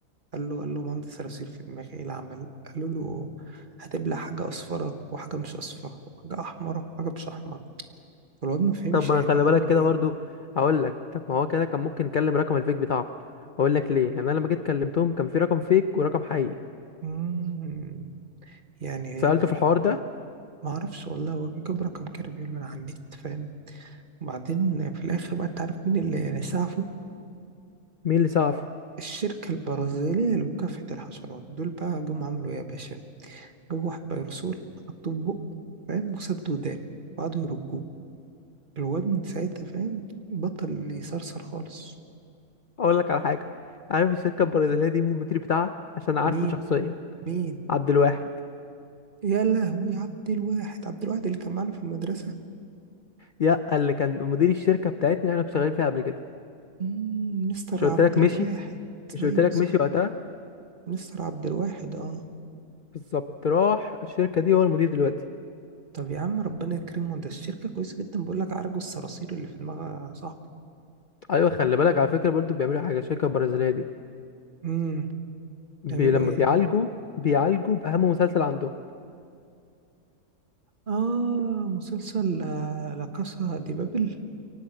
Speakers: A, on the right; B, on the left.
A: قال له قال له مهندس صراصير في دماغي ايه العمل قالوا له هتبلع حاجة أصفرة وحاجة مش أصفرة وحاجة أحمرة وحاجة مش أحمرة فالواد ما فهمش
B: طب ما
A: يعني
B: خلي
A: ايه
B: بالك
A: يعمل
B: كده
A: ايه
B: برضو اقول لك طب ما هو كده كان ممكن نكلم رقم الفيك بتاعه اقول لك ليه لان انا لما جيت كلمتهم كان في رقم فيك ورقم حقيقي
A: مم، يعني
B: سألته في الحوار ده
A: ما اعرفش والله هو جاب رقم كده بيقول من على النت فاهم وبعدين في الاخر بقى تعرف مين اللي سعفه
B: مين اللي سقفه
A: الشركة البرازيلية لمكافحة الحشرات دول بقى جم عملوا ايه يا باشا جابوا واحد بيرسول حطوه في بقه فاهم وسد ودان وقعدوا يرجوه الواد من ساعتها فاهم بطل يصرصر خالص
B: اقول لك على حاجه عارف الشركه البرازيليه دي مين المدير بتاعها عشان عارفه
A: مين
B: شخصيا
A: مين
B: عبد الواحد
A: يا لهوي عبد الواحد عبد الواحد اللي كان معانا في المدرسة
B: يا اللي كان مدير الشركه بتاعتنا اللي احنا كنا شغالين فيها قبل كده
A: مم، مستر
B: مش
A: عبد
B: قلت لك
A: الواحد
B: مشي مش
A: ايوه
B: قلت لك
A: صح
B: مشي وقتها
A: مستر عبد الواحد اه
B: بالظبط راح الشركه دي هو المدير دلوقتي
A: طب يا عم ربنا يكرمه ده الشركة كويسة جدا بقول لك عرجوا الصراصير اللي في دماغها صاحبي
B: ايوه خلي بالك على فكره برضو بيعملوا حاجه الشركه البرازيليه دي
A: امم
B: بي
A: يعملوا
B: لما
A: ايه
B: بيعالجوا بيعالجوا باهم مسلسل عندهم
A: اه مسلسل آه، لا كاسا دي بابل